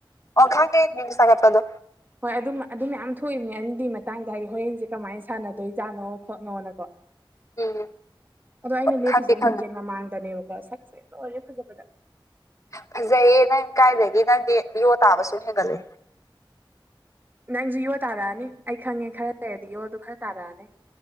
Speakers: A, on the left; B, on the right.
A: ꯑꯣ ꯈꯪꯉꯦ ꯃꯤꯝꯁ ꯊꯒꯠꯄꯗꯣ꯫
B: ꯍꯣꯏ ꯑꯗꯨꯝ ꯑꯗꯨ ꯃꯌꯥꯝ ꯊꯣꯛꯏꯕꯅꯦ ꯑꯅꯤꯗꯨꯒꯤ ꯃꯇꯥꯡꯗ ꯍꯥꯏꯗꯤ ꯍꯣꯔꯦꯟꯁꯦ ꯀꯃꯥꯏꯅ ꯁꯥꯟꯅꯗꯣꯏꯖꯥꯠꯅꯣ ꯈꯣꯠꯅꯣꯅꯀꯣ꯫
A: ꯎꯝ
B: ꯑꯗꯣ ꯑꯩꯅ ꯂꯦꯞꯄꯤꯁꯦ
A: ꯈꯪꯗꯤ ꯈꯪꯉꯦ
B: ꯃꯤꯡꯖꯦꯟ ꯃꯃꯥꯡꯗꯅꯦꯕꯀꯣ ꯁꯛꯁꯦ ꯂꯣꯏꯔꯦ ꯐꯖꯕꯗ꯫
A: ꯐꯖꯩꯌꯦ ꯅꯪ ꯀꯥꯏꯗꯒꯤ ꯅꯪꯗꯤ ꯌꯣ ꯇꯥꯕ ꯁꯨꯝ ꯍꯦꯟꯒꯠꯂꯦ꯫
B: ꯅꯪꯁꯨ ꯌꯣ ꯇꯥꯔꯑꯅꯤ ꯑꯩ ꯈꯪꯉꯦ ꯈꯔ ꯂꯩꯔꯗꯤ ꯌꯣꯗꯣ ꯈꯔ ꯇꯥꯔꯑꯅꯤ꯫